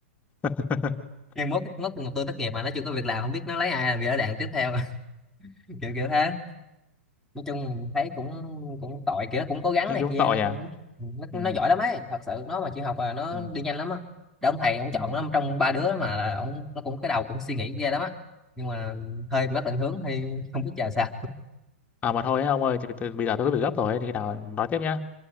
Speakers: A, on the left; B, in the centre.
A: <laughs>
B: nhưng mốt mốt tôi tốt nghiệp mà nó chưa có việc làm không biết nó lấy ai làm bi đỡ đạn tiếp theo <laughs> kiểu kiểu thế nói chung thấy cũng cũng tội kiểu nó cũng cố gắng
A: Nhưng
B: này
A: cũng
B: kia
A: tội
B: nó
A: nhỉ.
B: cũng nó, nó
A: Ừ.
B: giỏi lắm ấy thật sự nó mà chịu học là nó
A: Ừ.
B: đi nhanh lắm á để ông thầy ông chọn
A: Ừ.
B: nó trong ba đứa mà là ông nó cũng cái đầu cũng suy nghĩ ghê lắm á nhưng mà hơi mất định hướng thì không biết chờ sao
A: À mà thôi ấy, ông ơi, chị- bây giờ tôi có việc gấp rồi ấy, thì khi nào nói tiếp nhá.